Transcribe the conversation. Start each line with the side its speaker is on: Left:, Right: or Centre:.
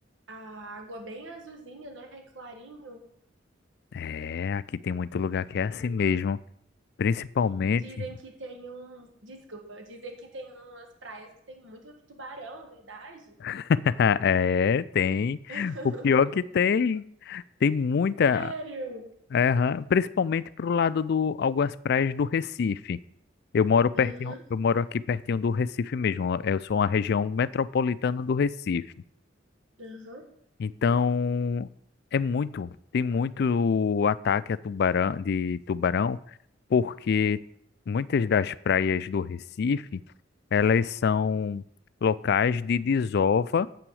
Right: A água bem azulzinha, né, clarinho.
Left: É, aqui tem muito lugar que é assim mesmo. Principalmente.
Right: E dizem que tem um... Desculpa, dizem que tem umas praias que tem muito tubarão, é verdade?
Left: <laughs> É, tem.
Right: <laughs>
Left: O pior é que tem, tem muita,
Right: Sério?
Left: é, aham, principalmente pro lado do algumas praias do Recife. Eu moro pertinho,
Right: Uhum,
Left: eu moro aqui pertinho do Recife mesmo. Eu sou uma região metropolitana do Recife.
Right: uhum.
Left: Então, é muito, tem muito ataque a tubarão, de tubarão, porque muitas das praias do Recife, elas são locais de desova